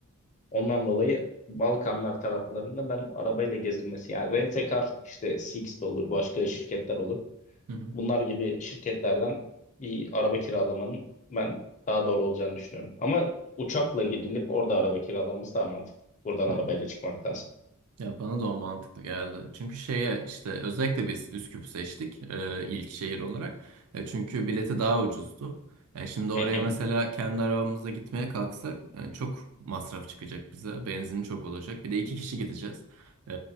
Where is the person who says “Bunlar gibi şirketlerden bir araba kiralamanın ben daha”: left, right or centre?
Left